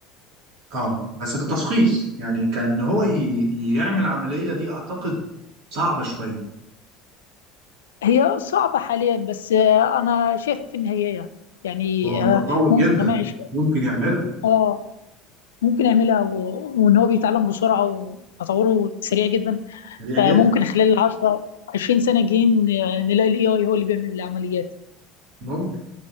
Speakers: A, on the right (about 55°); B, on the left (about 70°).
A: أه بس في التشخيص يعني كان هو ي... يعمل عملية دي أعتقد صعبة شوية
B: هي صعبة حاليا بس آه، أنا شايف إن هي يعني
A: هو متطور
B: آه، ممكن
A: جدا
B: كمان عش...
A: ممكن يعملها
B: آه ممكن يعملها و... وإن هو بيتعلم بسرعة وتطوره سريع جدا
A: سريع
B: فممكن
A: جدا
B: خلال 10 20 سنة الجايين آه، نلاقي ال AI هو اللي بيعمل العمليات
A: ممكن